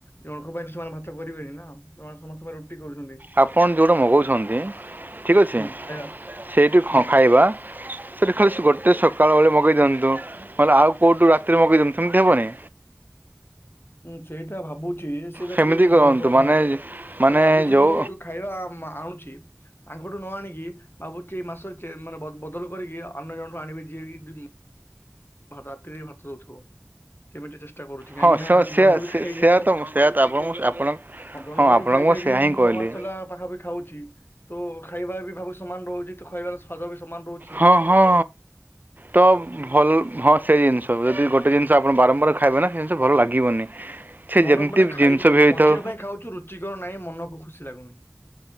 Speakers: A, on the left; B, on the right.
A: ଜଣଙ୍କ ପାଇଁ ସେମାନେ ଭାତ କରିବେନି ନା। ସେମାନେ ସମସ୍ତଙ୍କ ପାଇଁ ରୁଟି କରୁଚନ୍ତି।
B: ଆପଣ ଯଉଠୁ ମଗଉଛନ୍ତି ଠିକ୍ ଅଛି
A: ହୁଁ ଖାଇବା
B: ସେଇଠି ଖ
A: ହୁଁ
B: ଖାଇବା ସେଇଠୁ ଖାଲି ଗୋଟେ ସକାଳୁ ଓଳି ମଗେଇ ଦିଅନ୍ତୁ ନହେଲେ ଆଉ କଉଠୁ ରାତିରେ ମଗେଇ ଦିଅନ୍ତୁ ସେମିତି ହବନି?
A: ହୁଁ ସେଇଟା ଭାବୁଚି ସେଇଟା
B: ସେମିତି
A: ଟିକେ ସମ୍ଭବପର
B: କରନ୍ତୁ ମାନେ
A: ନାହିଁ। ତ
B: ମାନେ
A: ଭାବୁଛି
B: ଯେଉଁ
A: ମୁଁ ଯୋଉ ଖାଇବା ଆଣୁଚି ତାଙ୍କଠୁ ନ ଆଣିକି ଭାବୁଚି ଏ ମାସ ମାନେ ବଦଲ କରିକି ଅନ୍ୟ ଜଣଠୁ ଆଣିବି ଯିଏକି ରାତିରେ ଭାତ ଦଉଥିବ। ସେମିତି ଚେଷ୍ଟା କରୁଚି। କାହିଁକି
B: ହଁ
A: ନା
B: ସେ
A: ଜଣଠୁ ବି ଖାଇକି
B: ସେୟା
A: ମୁଁ
B: ତ ସେୟା ତ ଆପଣଙ୍କୁ ଆପଣ
A: ଜଣଙ୍କ
B: ହଁ ଆପଣଙ୍କୁ
A: ଠୁ ଖାଇ ଖାଇ
B: ସେୟା
A: କି
B: ହିଁ
A: ମୁଁ
B: କହିଲି
A: ମାସ ହେଲା ପାଖାପାଖି ଖାଉଚି। ତ ଖାଇବା ବି ଭାବ ସମାନ ରହୁଚି ତ ଖାଇବାର ସ୍ଵାଦ ବି ସମାନ ରହୁଚି।
B: ହଁ ହଁ। ତ ଭଲ୍ ହଁ ସେଇ ଜିନିଷ ଯଦି ଗୋଟେ ଜିନିଷ ଆପଣ ବାରମ୍ବାର ଖାଇବେ ନା ସେଇ ଜିନିଷ ଭଲ ଲାଗିବନି। ସେ
A: ମନକୁ
B: ଯେମିତି
A: ମାନେ ଖାଇ
B: ଜିନିଷ ବି ହେଇଥାଉ
A: ବଞ୍ଚିବା ପାଇଁ ଖାଉଚୁ ରୁଚିକର ନାହିଁ ମନକୁ ଖୁସି ଲାଗୁନି।